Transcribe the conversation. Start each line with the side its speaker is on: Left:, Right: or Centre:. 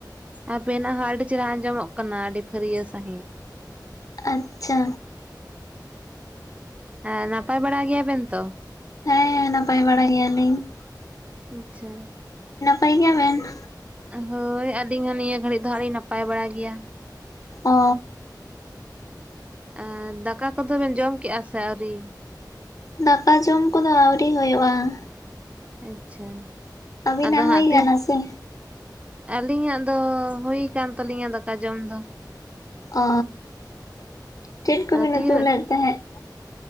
Right: ᱟᱵᱮᱱᱟᱜ ᱦᱚᱸ ᱟᱹᱰᱤ ᱪᱮᱦᱮᱨᱟ ᱟᱸᱡᱚᱢᱚᱜ ᱠᱟᱱᱟ ᱟᱹᱰᱤ ᱯᱷᱟᱹᱨᱭᱟᱹ ᱥᱟᱹᱦᱤᱡ ᱾
Left: ᱟᱪᱪᱷᱟᱼᱼ
Right: ᱦᱮᱸ ᱱᱟᱯᱟᱭ ᱵᱟᱲᱟ ᱜᱮᱭᱟᱵᱮᱱ ᱛᱚ?
Left: ᱦᱮᱸ ᱦᱮᱸ ᱱᱟᱯᱟᱭ ᱵᱟᱲᱟ ᱜᱮᱭᱟᱞᱤᱧ ᱾
Right: ᱟᱪᱪᱷᱟ᱾
Left: ᱯᱟᱹᱭ ᱜᱮᱵᱮᱱ?
Right: ᱦᱳᱭ ᱟᱹᱞᱤᱧ ᱦᱚᱸ ᱱᱤᱭᱟᱹ ᱜᱷᱟᱹᱲᱤᱠ ᱫᱚ ᱦᱟᱸᱜ ᱞᱤᱧ ᱱᱟᱯᱟᱭ ᱵᱟᱲᱟ ᱜᱮᱭᱟ ᱾
Left: ᱚ
Right: ᱟᱨ ᱫᱟᱠᱟ ᱠᱚᱫᱚᱵᱮᱱ ᱡᱚᱢ ᱠᱮᱫᱼᱟ ᱥᱮ ᱟᱹᱣᱨᱤ?
Left: ᱫᱟᱠᱟ ᱡᱚᱢ ᱠᱚᱫᱚ ᱟᱹᱣᱨᱤ ᱦᱳᱭᱳᱜᱼᱟ ᱾
Right: ᱟᱪᱪᱷᱟ
Left: ᱟᱹᱵᱤᱱᱟᱜ
Right: ᱟᱫᱚ ᱦᱟᱸᱜ
Left: ᱦᱩᱭ
Right: ᱛᱤᱨ
Left: ᱠᱟᱱᱟ ᱥᱮ
Right: ᱟᱹᱞᱤᱧᱟᱜ ᱫᱚ ᱦᱳᱭ ᱟᱠᱟᱱ ᱛᱟᱹᱟᱞᱤᱧᱟ ᱫᱟᱠᱟ ᱡᱚᱢ ᱫᱚ ᱾
Left: ᱚ ᱪᱮᱫ ᱠᱚᱵᱤᱱ
Right: ᱟᱫᱚ ᱛᱤᱨ
Left: ᱩᱛᱩ ᱞᱮᱫ ᱛᱟᱦᱮᱸᱫ?